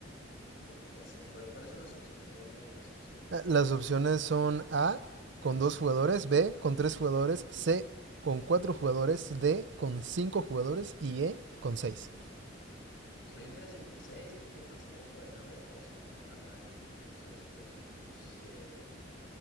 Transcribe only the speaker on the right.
Las opciones son A con dos jugadores, B con tres jugadores, C con cuatro jugadores, D con cinco jugadores y E con seis.